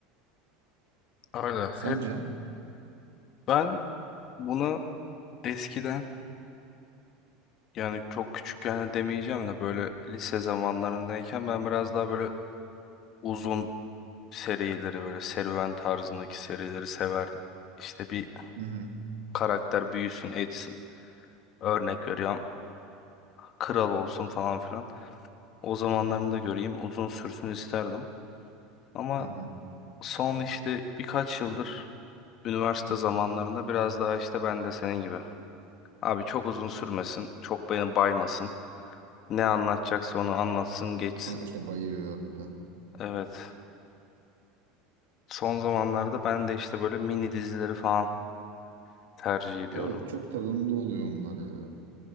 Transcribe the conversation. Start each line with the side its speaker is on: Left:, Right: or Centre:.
Left: öyle.
Right: Sence?
Left: Hep ben bunu eskiden yani çok küçükken de demeyeceğim de böyle lise zamanlarındayken ben biraz daha böyle uzun serileri böyle serüven tarzındaki serileri severdim. İşte bir
Right: Hı hı.
Left: karakter büyüsün etsin. Örnek veriyorum kral olsun falan filan. O zamanlarını da göreyim uzun sürsün isterdim. Ama
Right: Hı hı.
Left: son işte birkaç yıldır üniversite zamanlarında biraz daha işte ben de senin gibi. Abi çok uzun sürmesin. Çok beni baymasın. Ne anlatacaksa onu anlatsın geçsin.
Right: Kanka işte bayıyor harbiden.
Left: Evet. Son zamanlarda ben de işte böyle mini dizileri falan tercih ediyorum.
Right: Evet çok tadında oluyor onlar ya.